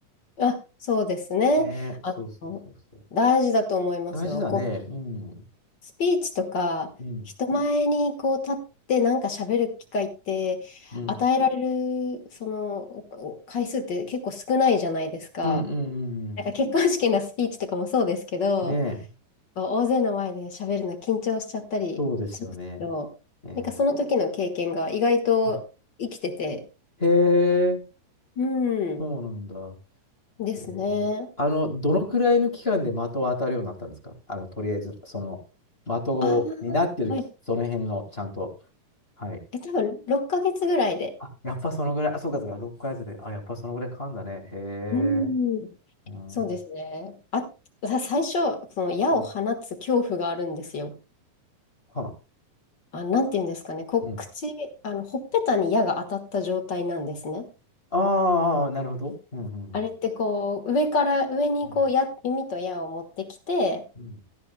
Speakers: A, on the left; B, on the left.
A: あ、そうですね。
B: ね、
A: あの、
B: そうそうそうそう。
A: 大事だと思いますよ。
B: 大事だね。
A: こう、
B: うん。
A: スピーチとか、
B: うん。
A: 人前にこう立ってなんか喋る機会って、
B: うん。
A: 与えられる、その、回数って結構少ないじゃないですか。
B: うんうんうんうん。
A: なんか結婚式のスピーチとかもそうですけど、
B: ねえ、
A: こう大勢の前で喋るの緊張しちゃったりしますけど、
B: そうですよね。ねえ。
A: なんかその時の経験が意外と生きてて、
B: あ、へえ、
A: うん、
B: そうなんだ。
A: ですね。
B: えーあの、どのくらいの期間で的を当たるようになったんですかあの、とりあえず、その、的をになってるき、
A: ああ、はい。
B: その辺の、ちゃんと。はい。
A: え、多分6ヶ月ぐらいで。
B: あ、やっぱそのぐらい、あ、そうかそうか、6ヶずで、あ、やっぱそのぐらいかんだね。へえ、
A: うん。
B: うん。
A: そうですね。
B: う
A: あ、さ最初、その矢を放つ恐怖があるんですよ。
B: んはあ、
A: あ、なんていうんですかね。こう、
B: うん。
A: 口、あの、ほっぺたに矢が当たった状態なんですね。
B: ああ、なるほど。うん、うん、
A: あれってこう、上から上にこう矢、
B: うん。
A: 弓と矢を持ってきて、
B: うん、